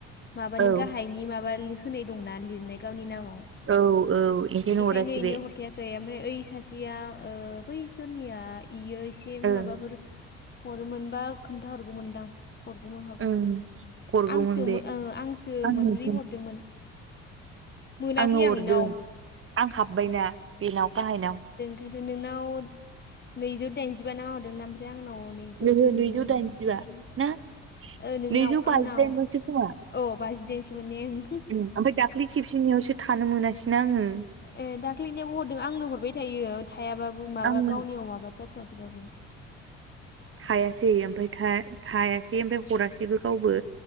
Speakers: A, on the left; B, on the right.
A: माबानि
B: औ
A: गाहायनि माबा होनाय दंना लिरनाय गावनि नामाव।
B: औ औ ओंखायनो
A: बेखायनो
B: हरासै
A: इनो
B: बे।
A: हरखायाखै ओमफ्राय ओइ सासेया ओ बै जोरनिया इयो एसे
B: ओं
A: माबाफोर हरोमोनबा खोनथाहरगौमोनदां? हरग'नो हागौमोन
B: ओं हरगौमोन
A: आंसो
B: बे
A: मो ओ आंसो
B: आंनोथ'
A: मोनब्रै हरदोंमोन। मोनाखै
B: आंनो हरदों
A: आं इनाव
B: आं हाबबायना बेनाव गाहायनाव।
A: ओंखायथ' नोंनाव नैजौ दाइनजिबा नामा हरदोंमोन ओमफ्राय आंनाव नै नैजौ
B: ओहो
A: थामजिब्रै
B: नैजौ दाइनजिबा ना
A: <unintelligible> ओ नोंनाव
B: नैजौ बाजिदाइनल'सो
A: आंनाव
B: खोमा
A: औ बाजिदाइनसो मोन ने ओं।
B: ओमफ्राय दाख्लि खेबसेनियावसो थानो मोनासैना आङो।
A: ए दाख्लैनियावबो हरदों आंनो हरबाय थायो थायाबाबो माबा
B: आंनो
A: गावनियाव माबा जाथ'वाखैबाबो।
B: थायासै ओमफ्राय था थायासै ओमफ्राय हरासैबो गावबो।